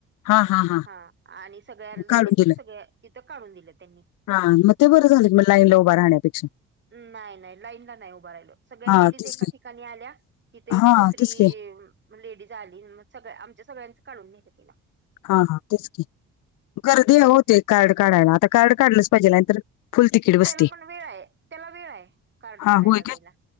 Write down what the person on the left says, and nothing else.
हां, हां, हां.
काढून दिलं.
हा मग ते बरं झालं लाईनला उभं राहण्यापेक्षा
हा तेच
की
हा
तेच की
हा हा तेच गर्दी होते कार्ड काढायला आता कार्ड काढलंच पाहिजे नाहीतर फुल तिकीट
बसते
हा
होय
काय